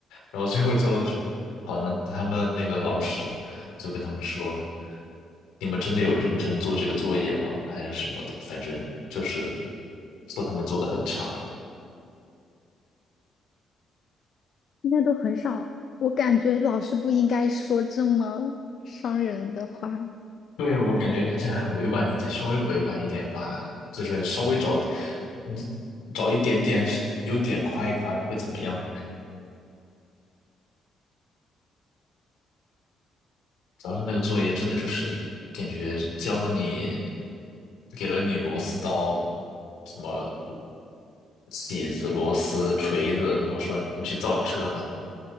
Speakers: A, on the left; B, on the left.
A: 然后最后交的时候，好像他们那个老师就跟他们说：“你们真的有认真做这个作业吗？还是什么的？反正就是说他们做的很差。”
B: <laughs> 现在都很少，我感觉老师不应该说这么伤人的话。
A: 对，我感觉这还委婉一点，稍微委婉一点吧，就是稍微找，你找一点点是优点夸一夸会怎么样？主要是那个作业真的就是感觉教了你，给了你螺丝刀，什么起子、螺丝、锤子，然后说你去造车吧，